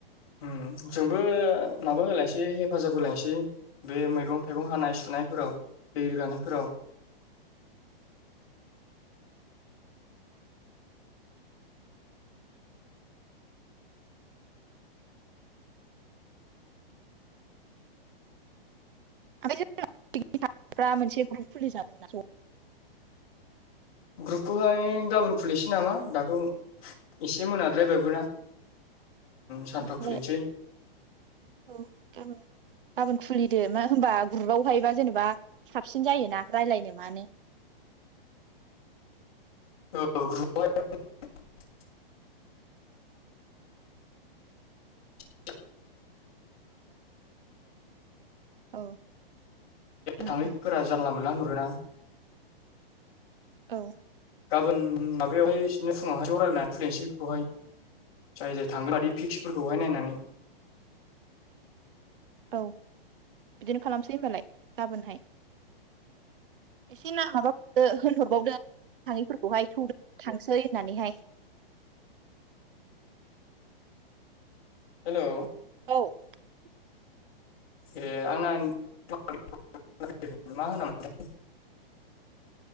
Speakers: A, on the left (about 35°); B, on the right (about 60°).
A: ओम जोंबो माबा होलायसै हेफाजाब होलायसै बे मैगं थाइगं हानाय सु नाय फोराव दै रोगानायफोराव।
B: आमफाय <unintelligible> मोनसे ग्रुप खुलिजागोनदा ज'
A: ग्रुपखौहाय गाबोन खुलिनोसै नामा दाथ' एसे मोनाद्रायबायबोना। <inaudible> सानफ्राव
B: ए होनबालाय
A: खुलिनोसै
B: औ गाबोन गाबोन खुलिदो मा होमबा ग्रुपआवहायबा जेनेबा साबसिन जायोना रायलायनो मानो
A: औ ग्रुपयावहाय <unintelligible> <unintelligible> <unintelligible>
B: औ उम
A: थांनायफोरा
B: उम
A: जानला मोनला होनहरोना।
B: औ
A: गाबोन माबायावहाय बिनो फुङावहाय रालायनानै खुलिनोसै बेखौहाय। जाय जाय थाङोबादि फिक्सफोरखौहाय नायनानै।
B: औ बिदिनो खालामसै होनबालाय गाबोनहाय। एसे ना माबा दो होनहरबावदो थाङिफोर खौहाय थौदो थांसै होननानैहाय।
A: हेलौ
B: <unintelligible>
A: ए आंना <unintelligible> मा होनामोन